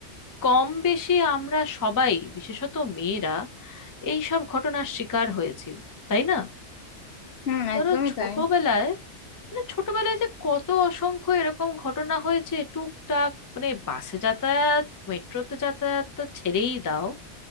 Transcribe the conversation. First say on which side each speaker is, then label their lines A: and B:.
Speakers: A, on the left; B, on the left.
A: কম বেশি আমরা সবাই বিশেষত মেয়েরা এই সব ঘটনার শিকার হয়েছি তাই না
B: হুম
A: ধরো
B: একদমই
A: ছোটবেলায়
B: তাই
A: মানে ছোটবেলায় যে কত অসংখ্য এরকম ঘটনা হয়েছে টুকটাক মানে বাসে যাতায়াত মেট্রোতে যাতায়াত তো ছেড়েই দাও